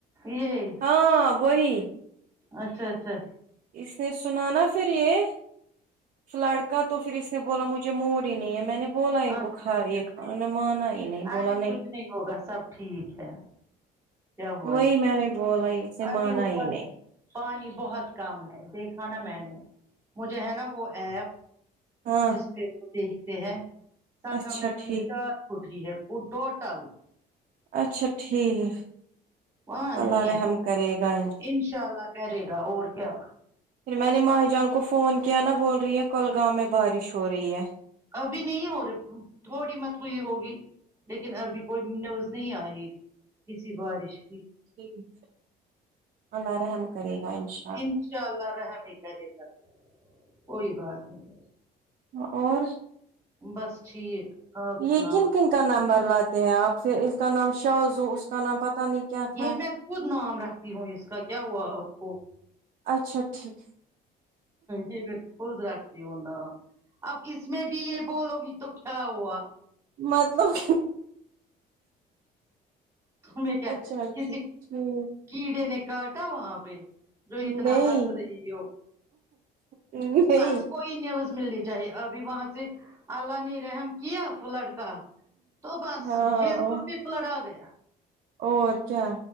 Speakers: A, on the right (about 15°); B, on the right (about 50°).
A: یہ
B: ہاں وہی
A: اچھا اچھا
B: اس نے سنا نا پھر یہ لڑکا تو پھر اس نے بولا مجھے ج موڑ ہی نہیں ہے میں نے بولا ان
A: اچھا
B: کو کھائی
A: اچھا ٹھیک
B: کھان مان آئی نہیں بولا
A: ارے
B: نہیں
A: کچھ ہوگا سب ٹھیک ہے کیا ہوا
B: وہی
A: اس
B: میں نے بولا ہی اسے
A: ابھی
B: مانا
A: اوپر
B: نہیں
A: پانی بہت کم ہے دیکھا نا میں نے مجھے ہے نا وہ ایپ
B: ہاں
A: جس پہ وہ دیکھتے ہیں سانگا
B: اچھا
A: <unintelligible>
B: ٹھیک
A: کٹ ہی ہے ٹوٹل
B: اچھا ٹھیک
A: وہاں نہیں
B: اللہ رحم
A: ہے
B: کرے گا
A: انشاء اللہ کرے گا اور کیا
B: پھر میں نے ماہ جان کو فون کیا نا بول رہی ہے کل گاؤں میں بارش ہو رہی ہے
A: ابھی نہیں ہو رہے تھوڑی مت ہوئی ہوگی لیکن ابھی کوئی نیوز نہیں آئی کسی بارش کی
B: ٹھیک اللہ رحم کرے گا ان شاء
A: انشاء اللہ رحم ہی کرے گا کوئی بات نہیں
B: اور
A: بس ٹھیک آپ سناؤ
B: یہ کن کن کا نمبر لاتے ہیں آپ پھر اس کا نام شازو اس کا نام پتہ نہیں کیا تھا
A: یہ میں خود نام رکھتی ہوں اس کا کیا ہوا آپ کو
B: اچھا ٹھیک
A: یہ میں خود رکھتی ہوں نہ اب کس میں بھی یہ بولو گی تو کیا ہوا
B: مطلب
A: تمہیں کیا
B: اچھا اچھا
A: کسی
B: ٹھیک
A: کیڑے نے کاٹا وہاں پہ جو اتنا
B: نہیں
A: ہنس رہی ہو
B: نہیں
A: بس کوئی نیوز ملنی چاہیے ابھی وہاں سے اللہ نے رحم کیا فلڈ کا تو بس
B: ہاں
A: فیس بک پہ پلڑا گیا
B: اور کیا